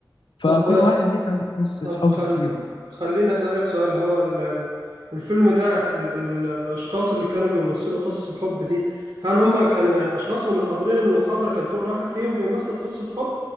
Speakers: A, on the left; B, on the right.
A: فكل
B: طب
A: واحد ليه كان قصة
B: طب
A: حب
B: خل...
A: فيهم
B: خليني أسألك سؤال هو ال... ال- الفيلم ده ال... ال... الأشخاص اللي كانوا بيمثلوا قصة الحب دي هل هم كانوا يعني أشخاص من اللي حاضرين المحاضرة كان كل واحد فيهم بيمثل قصة حب